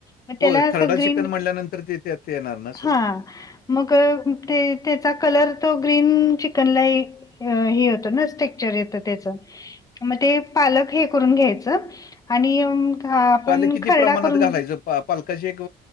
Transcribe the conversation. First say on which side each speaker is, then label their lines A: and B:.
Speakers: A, on the left; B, on the left.
A: मग त्याला
B: हो
A: असं
B: खरडा
A: ग्रीन,
B: चिकन म्हटल्यानंतर ते त्यात येणार ना सगळं
A: हा.. मग ते त्याचा कलर तो, ग्रीन चिकनला येईल. अ हे होतं ना! टेक्चर येत. त्याच मग ते पालक हे करून घ्यायच आणि. हा आपण
B: पालक किती
A: खरडा
B: प्रमाणात
A: करून
B: घालायचं पालकाची एक